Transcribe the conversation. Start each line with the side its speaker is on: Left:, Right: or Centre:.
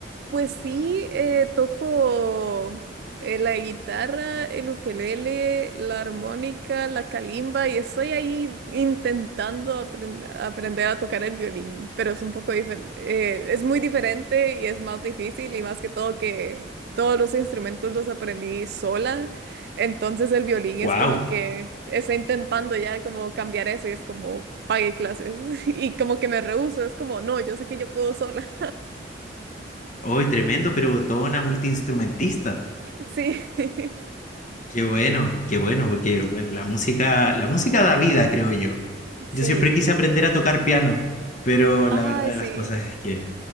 Right: Pues sí, eh, toco eh, la guitarra, el ukelele, la armónica, la calimba y estoy ahí intentando aprend- aprender a tocar el violín, pero es un poco diferente, es muy diferente y es más difícil y más que todo que todos los instrumentos los aprendí sola, entonces el violín
Left: ¡Wow!
Right: es como que estoy intentando ya como cambiar eso y es como pagué clases <laughs> y como que me rehúso, es como no, yo sé que yo puedo sola,
Left: Hoy tremendo, pero toda una multiinstrumentista.
Right: <laughs> sí. <laughs>
Left: Qué bueno, qué bueno, porque bueno, la música, la música da vida, creo yo.
Right: Sí,
Left: Yo siempre quise aprender a tocar piano, pero
Right: ay,
Left: la verdad de
Right: sí.
Left: las cosas es que